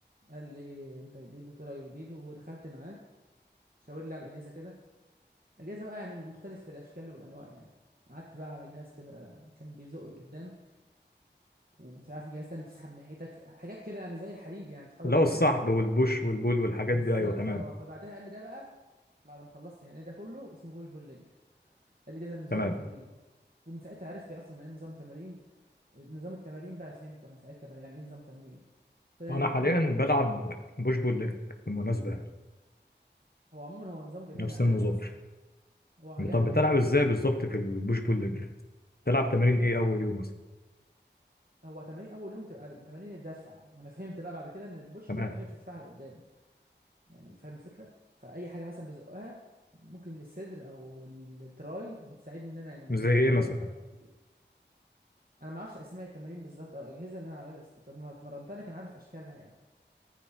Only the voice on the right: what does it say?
قال لي انت جديد قلت له ايوه جديد ودخلت معاه شاور لي على الاجهزه كده اجهزه بقى يعني مختلفه الاشكال والانواع يعني قعدت بقى على جهاز كده كان بيزق لقدام ومش عارف جهاز تاني بتسحب ناحيتك حاجات كده يعني زي الحديد يعني بتسحبه
ناحيتك
او
بالظبط
اه فبعدها قال لي ده بقى بعد ما خلصت يعني ده كله اسمه بوش بول ليج قال لي ده زي نظام
تمرين ومن ساعتها عرفت اصلا يعني ايه نظام تمارين نظام التمارين بقى فهمته انا ساعتها بقى يعني ايه نظام تمرين طلع
ان
كل يوم
هو عموما هو نظام جميل
انا عجبني
اصلا هو عجبني
يعني النظام
ده
هو تمارين اول يوم بتبقى تمارين الدفع ما انا فهمت بقى بعد كده ان البوش
دي اي حاجه بتدفعها لقدام يعني فاهم الفكره فاي حاجه مثلا بزقها ممكن للصدر او التراي بتساعدني ان انا يعني
ايه
اظبط
على الكوندو انا ما اعرفش اسماء التمارين بالظبط او الاجهزه اللي انا عارف است- اتمرنتها لكن عارف اشكالها يعني